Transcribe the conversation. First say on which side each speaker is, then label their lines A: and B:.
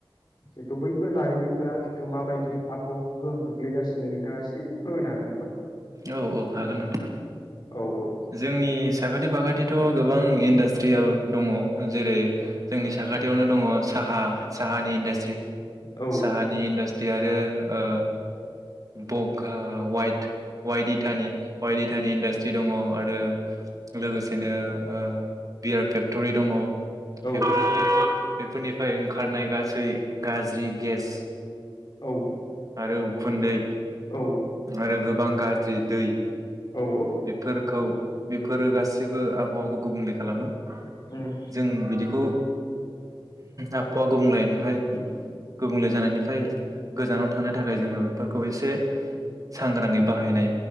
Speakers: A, on the left (about 50°); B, on the right (about 40°).
A: जिथु बैफोर दारिमिनफोरा जिथु माबायदि आबहावा गोहोम खोख्लैगासिनो? नोंथाङा एसे फोरमायनो हागोन नामा?
B: हागोन
A: औ औ
B: जोंनि साखाथि फाखाथिथ' गोबां इन्डास्ट्रियेल दङ जेरै जोंनि साखाथियावनो दङ साहा साहानि इन्डास्ट्रि।
A: औ
B: साहानि इन्डास्ट जे आरो ओ बगा ओ वाइट वाइट इथानि। वाइट इटानि इन्डास्ट्रि दङ'। आरो लोगोसेनो ओ बियार फेक्टरि दङ'।
A: औ
B: बेफोरनिफ्राय बेफोरनिफ्राय ओंखारनाय गासै गाज्रि गेस
A: औ
B: आरो उखुन्दै
A: औ
B: आरो गोबां गाज जि दै
A: औ
B: बेफोरखौ बेफोरो गासिबो आबहावाखौ गुबुंले खालामो।
A: उम
B: जों बिदिखौ आबहावा गुबुंलेनिफ्राय गुबुंले जानायनिफ्राय गोजानाव थानो थाखाय जोङो बेफोरखौ एसे सांग्राङै बाहायनाय